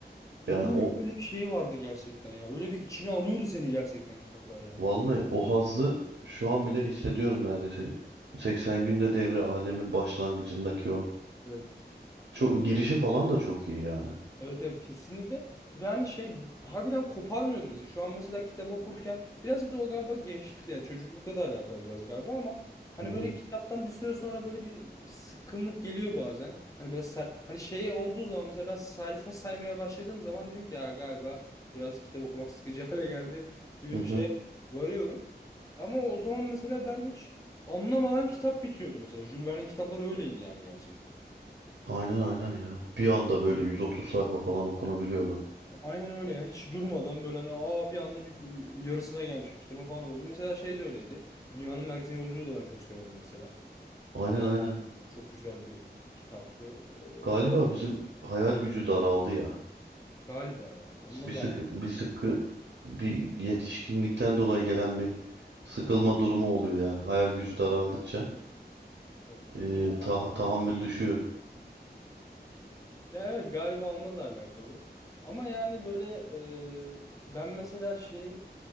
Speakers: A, on the left; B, on the right.
A: Onun
B: Yani o
A: öyle bir şeyi vardı gerçekten ya. Öyle bir içine alıyordu seni gerçekten kitaplar yani.
B: vallahi o hazzı şu an bile hissediyorum neredeyse. 80 günde devre alemin başlangıcındaki o.
A: Evet.
B: Çok
A: O bir
B: girişi falan da çok iyi yani.
A: Evet evet kesinlikle. Ve hani şey harbiden koparmıyordu bizi. Şu an mesela kitap okurken biraz da o galiba gençlikle ya çocuklukla da alakalı biraz galiba ama hani
B: Hı hı.
A: böyle kitaptan bir süre sonra böyle bir sıkkınlık geliyor bazen. Hani böyle say- hani şeye olduğu zaman mesela ben sayfa saymaya başladığım zaman dedim ki ya galiba biraz kitap okumak sıkıcı <laughs> hale geldi gibi
B: Hı hı.
A: bir şeye varıyorum. Ama o zaman mesela ben hiç anlamadan kitap bitiyordu mesela. Jules Verne'in kitapları öyleydi yani gerçekten.
B: Aynen aynen ya. Bir anda böyle 130 sayfa falan okunabiliyordu.
A: Aynen öyle ya. Hiç durmadan böyle hani aa bir anda bit yarısına gelmiş bir kitabın falan oldu. Mesela şey de öyleydi. Dünyanın Merkezine Yolculuğu da ben çok severim mesela.
B: Aynen
A: Ee,
B: aynen.
A: çok güzel bir kitaptı. Ee,
B: Galiba
A: orada
B: bizim hayal gücü daraldı ya.
A: galiba ya. Onunla
B: Bir sıkı
A: da alakalı.
B: bir sıkı bir yetişkinlikten dolayı gelen bir sıkılma
A: Bir-
B: durumu oluyor yani. Hayal gücü daraldıkça
A: evet.
B: e,
A: Bu da
B: ta- tahammül düşüyor.
A: ya evet galiba onunla da alakalı. Ama yani böyle e, ben mesela şeyin